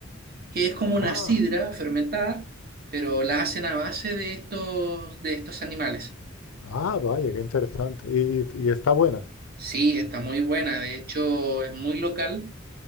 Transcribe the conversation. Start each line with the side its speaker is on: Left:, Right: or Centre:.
Right: que es como
Left: Ah.
Right: una sidra fermentada, pero la hacen a base de estos, de estos animales.
Left: Ah, vaya, qué interesante. ¿Y, y- y está buena?
Right: Sí, está muy buena. De hecho, es muy local.